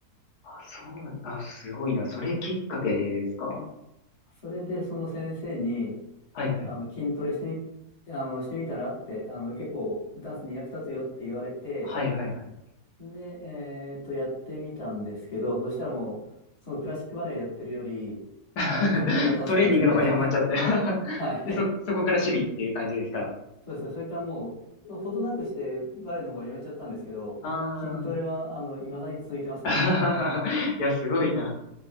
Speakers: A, on the left; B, on the left.
A: あ、そうなん、あ、すごいな。それきっかけですか
B: それで、その先生に、
A: はいはいはい。
B: あの、筋トレしてみ、あの、してみたらって、あの、結構、ダンスに役立つよって言われて、
A: はいはいはい。
B: で、えっと、やってみたんですけど、そしたらもう、そのクラシックバレエやってるより、
A: <laughs>
B: 筋トレの方が楽しくなっちゃって、
A: トレーニングの方にはまっちゃって
B: <laughs>
A: <laughs>
B: はい。
A: で、そ、そこから趣味っていう感じですか
B: そうですね。それからもう、ほどなくしてバレエの方はやめちゃったんですけど、
A: ああ。
B: 筋トレは、あの、未だに続いてますね。
A: <laughs> いや、すごいな。